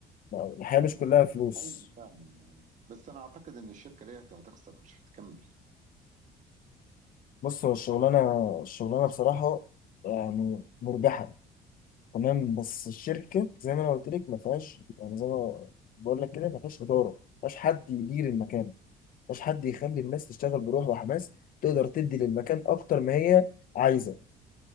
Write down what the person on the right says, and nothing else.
حقيقي فعلًا، بس أنا أعتقد إن الشركة ديّة هتخسر مش هتكمّل،